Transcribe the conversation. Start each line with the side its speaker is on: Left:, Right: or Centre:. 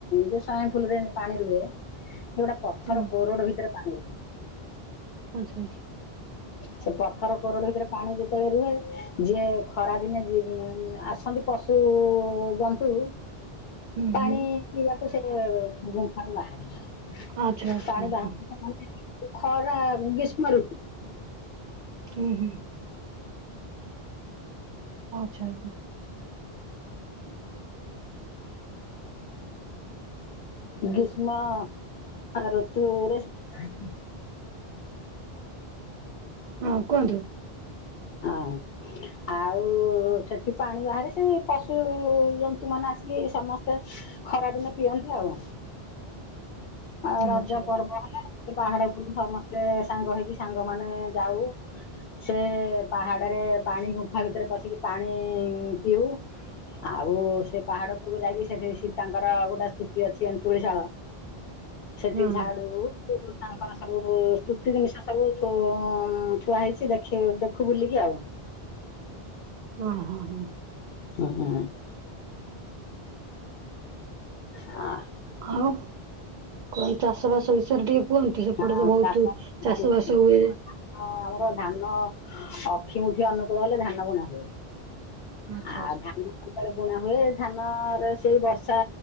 Left: ଯୋଉ ସଇଁ ଫୁଲରେ ପାଣି ରୁହେ ମୁଁ ଗୋଟା ପଥର
Right: ହୁଁ
Left: କୋରଡ ଭିତେରେ ପାଣି ରୁହେ।
Right: ଆଚ୍ଛା ଆଚ୍ଛା।
Left: ସେ ପଥର କୋରଡ ଭିତରେ ପାଣି ଯେତୋଳେ ରୁହେ ଯିଏ ଖରା ଦିନେ ଯିଏ ଉମ୍ ଆସନ୍ତି ପଶୁ ଜନ୍ତୁ
Right: ହୁଁ
Left: ପାଣି
Right: ହୁଁ
Left: ପିଇବାକୁ ସେ ଗୁମ୍ଫାରୁ ବାହାରେ
Right: ଆଚ୍ଛା ଆଚ୍ଛା
Left: ପାଣି
Right: ଆଚ୍ଛା
Left: ବାହା <unintelligible> ଖରା ଗ୍ରୀଷ୍ମଋତୁ।
Right: ହୁଁ ହୁଁ ଓ ଆଚ୍ଛା।
Left: ଗ୍ରୀଷ୍ମ ଆ ଋତୁରେ ସେ
Right: ହଁ କୁହନ୍ତୁ।
Left: ଆଉଁ ଆଉ ସେଠି ପାଣି ବାହାରେ ସ୍ ସେଇ ପଶୁ ଜନ୍ତୁ ମାନେ ଆସିକି ସମସ୍ତେ ଖରାଦିନେ ପିଅନ୍ତି ଆଉ। ଆଉ ରଜ
Right: ଆଚ୍ଛା ଆଚ୍ଛା
Left: ପର୍ବ ହେଲା ସେ ପାହାଡ ଉପୁରକୁ ସମସ୍ତେ ସାଙ୍ଗ ହେଇକି ସାଙ୍ଗମାନେ ଯାଉ। ସେ ପାହାଡରେ ପାଣି ଗୁମ୍ଫା ଭିତେରେ ପଶିକି ପାଣି ପିଉ। ଆଉ ସେ ପାହାଡ ଉପୁରକୁ ଯାଇକି ସେଠି ସୀତାଙ୍କର ଗୋଟେ ସ୍ତୁତି ଅଛି ଏନ୍ତୁଳିଶାଳ। ସେଠି
Right: ହଁ
Left: ଝାଡୁ ତାଙ୍କର ସବୁକୁ ସ୍ତୁତି ଜିନିଷ ସବୁ ଥୁଉ ଥୁଆହେଇଚି ଦେଖି ଇ ଦେଖୁ ବୁଲିକି ଆଉ।
Right: ଓହୋ ହଁ ହଁ।
Left: ହୁଁଉ। ଆ
Right: ଆଉ କଣ ଚାଷବାସ ବିଷୟରେ ଟିକେ କୁହନ୍ତୁ
Left: ଆ
Right: ସେପଟେ ତ ବୋହୁତୁ
Left: ହଁ
Right: ଚାଷବାସ ହୁଏ।
Left: ହଁ ଆମର ଧାନ ଅକ୍ଷିମୁଠି ଅନୁକୂଳ ହେଲେ ଧାନ ବୁଣାହୁଏ।
Right: ଆଚ୍ଛା
Left: ଆ
Right: ଆଚ୍ଛା
Left: ଧାନ କେତେଳେ ବୁଣାହୁଏ ଧାନରେ ସେଇ ବର୍ଷା